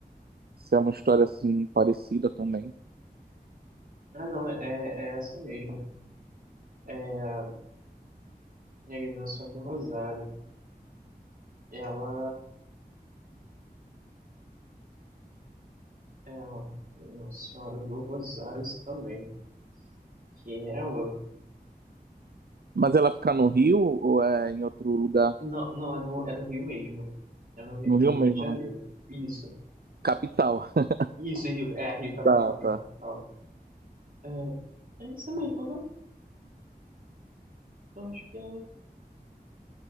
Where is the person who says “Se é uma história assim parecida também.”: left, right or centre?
Right